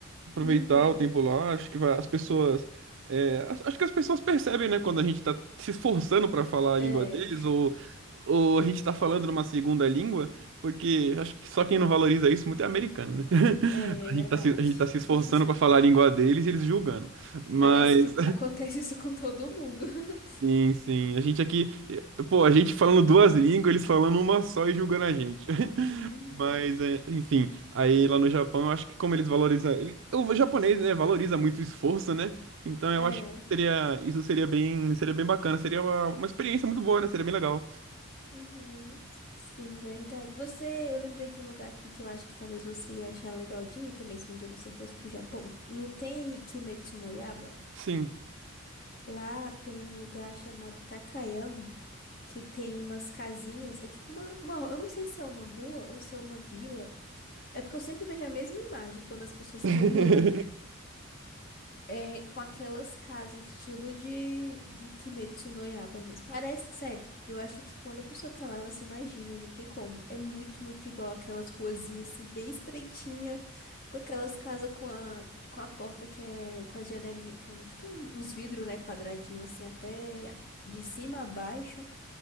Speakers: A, on the right (about 55°); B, on the left (about 45°).
A: aproveitar
B: Uhum.
A: o tempo lá. Acho que vai- as pessoas. é, as- acho que as pessoas percebem, né, quando a gente tá se esforçando para falar a
B: É,
A: língua deles, ou, ou a gente tá falando numa segunda língua, porque acho que só quem não valoriza isso muito é americano, né? <laughs>
B: é, é
A: A
B: verdade.
A: gente tá se, a gente tá se esforçando
B: <laughs>
A: para falar a língua deles e eles julgando. Mas.
B: Parece que acontece isso com todo mundo. <laughs>
A: Sim, sim. A gente aqui, eh, pô, a gente falando duas línguas, eles falando uma só e julgando a gente. <laughs>
B: Uhum.
A: Mas, é, enfim, aí lá no Japão, eu acho que como eles valorizam, ele- o japonês, né, valoriza muito o esforço, né? Então
B: É.
A: eu acho que seria, isso seria bem, seria bem bacana, seria uma, uma experiência muito boa, né? Seria bem legal.
B: Uhum. Sim, verdade. Você, eu lembrei de um lugar aqui que eu acho que talvez você ia achar legal de ir também, se um dia você fosse pro Japão. Não tem Kimetsu no Yaiba?
A: Sim.
B: Lá tem um lugar chamado Takayama, que tem umas casinhas, é tipo uma, uma, eu não sei se é uma rua ou se é uma vila. É porque eu sempre vejo a mesma imagem quando as pessoas
A: <laughs>
B: <laughs> estão indo lá. É com aquelas casas estilo de, de Kimetsu no Yaiba mesmo. Parece, sério, eu acho que quando a pessoa tá lá, ela se imagina, não tem como. É muito, muito igual aquelas ruazinhas assim, bem estreitinha, com aquelas casas com a, com a porta que é com as janelinhas, com tipo um- uns vidros, né, quadradinho assim, até de cima a baixo,